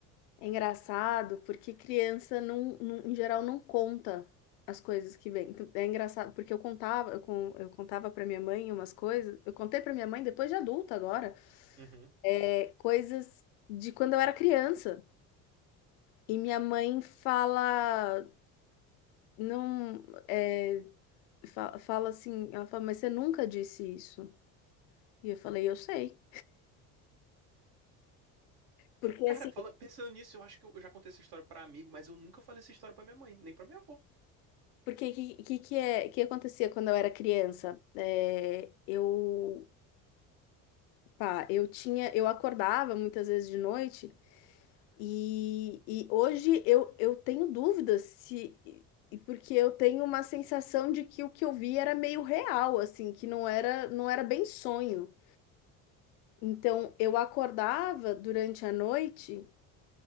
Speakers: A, on the left; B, on the right.
A: é engraçado porque criança não, não- em geral não conta as coisas que vem. Então, É engraçado porque eu contava, eu, con- eu contava para minha mãe umas coisas, eu contei para minha mãe depois de adulta agora.
B: Uhum.
A: é, coisas de quando eu era criança. E minha mãe fala, não, é, fa- fala assim, ela fala, mas você nunca disse isso. E eu falei, eu sei. Porque
B: Cara,
A: assim,
B: fala- pensando nisso, eu acho que eu já contei essa história pra amigo, mas eu nunca falei essa história pra minha mãe, nem pra minha avó.
A: porque que que, que é que acontecia quando eu era criança? É, eu, pá, eu tinha, eu acordava muitas vezes de noite. E, e hoje eu, eu tenho dúvidas se. e- Porque eu tenho uma sensação de que o que eu vi era meio real, assim, que não era, não era bem sonho. Então eu acordava durante a noite